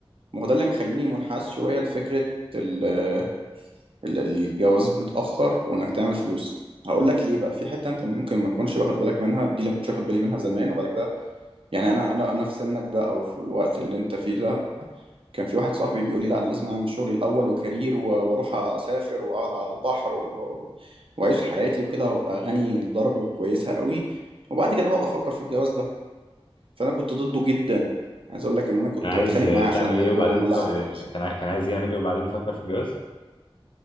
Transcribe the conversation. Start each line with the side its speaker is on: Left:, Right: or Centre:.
Right: ما هو ده اللي مخليني منحاز شوية لفكرة ال- ال- الجواز متأخر وإنك تعمل فلوس هقول لك ليه بقى في حتة أنت ممكن ما تكونش واخد بالك منها دي اللي ما كنتش واخد بالي منها زمان وبعد كده يعني أنا أنا أنا في سنك ده أو في الوقت اللي أنت فيه ده كان في واحد صاحبي بيقول لي لا أنا لازم أعمل شغلي الأول وكارير و- وأروح أسافر وأقعد على البحر و- و- وأعيش حياتي وكده وأبقى غني لدرجة كويسة قوي وبعد كده بقى أفكر في الجواز ده فأنا كنت ضده جدا عايز أقول لك إن أنا كنت
Left: كان عايز
Right: بتخانق
Left: آه،
Right: معاه
Left: تعمل
Right: عشان الموضوع
Left: ايه وبعدين
Right: وأقول له
Left: تفر...
Right: لا عادي
Left: كان عاي- كان عايز يعمل ايه وبعدين يفكر في الجواز